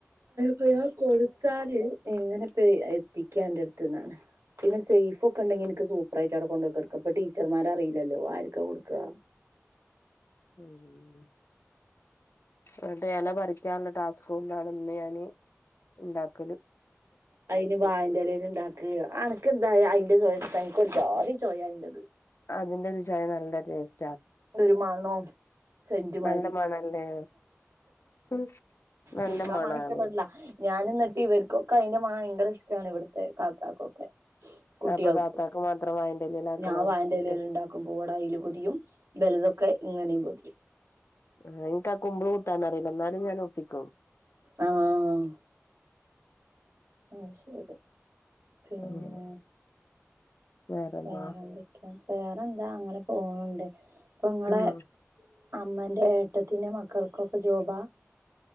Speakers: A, on the right; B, on the left.
A: പഴയാ കൊടുത്താല് എങ്ങനെ പ്പ എത്തിക്കാ എൻറ അടുത്ത് ന്നാണ് പിന്നെ സേഫ് ഒക്കെ ഉണ്ടെങ്കി എനിക്ക് സൂപ്പറായിട്ട് അവിടെ കൊണ്ടോക്ക കൊടുക്ക അപ്പൊ ടീച്ചർമാരറിയില്ലല്ലോ ആരക്കെ കൊടുക്കുക
B: ഉം എന്നട്ട് ഇല പറിക്കാനുള്ള ടാസ്ക് കൊണ്ടാണ് ഒന്ന് ഞാന് ഉണ്ടാക്കല്
A: അതിന് വായന്റെലേല് ഉണ്ടാക്ക് അനക്ക്ന്താ അയ്ൻ്റെ ചൊയ ൻക്കൊയ് ജാതി ചൊയ അതിന്റത്
B: അതിന്റെരു ചൊയ നല്ല ജസ്
A: ഒരു മണോ സെന്റുമാരി
B: നല്ല മണല്ലേ ഉം നല്ല
A: നിക്കാ
B: മണാണ്
A: മണം ഇഷ്ടപ്പെടില്ല ഞാൻ എന്നിട്ട് ഇവർക്കൊക്കെ അയിന്റെ മണം ഭയങ്കര ഇഷ്ടമാണ് ഇവിടുത്തെ കാക്കാ കോക്കെ കുട്ട്യാൾക്ക്
B: അപ്പൊ താത്താക്ക് മാത്രം വാഴന്റെ എലേലാക്കണം
A: ഞാൻ വായന്റെ
B: കുട്ടികൾ
A: ഇലേൽ ഉണ്ടാക്കും പോട അയ്ല് പൊതിയും വലുതൊക്കെ ഇങ്ങനെയും പോകും ശ
B: ആ എനിക്ക് ആ കുമ്പിൾ കൂത്താൻ അറിയില്ല എന്നാലും ഞാൻ ഒപ്പിക്കും
A: ആഹ് അയ്ശരി പിന്നെ
B: അങ്ങനെ വേറെന്താ
A: വേറെ എന്തൊക്കാ വേറെന്താ അങ്ങനെ പോവ്ണ്ട് ഇപ്പൊങ്ങളെ
B: ഉം
A: അമ്മേന്റെ ഏട്ടത്തിന്റെ മക്കൾക്കൊക്കെ ജോബ?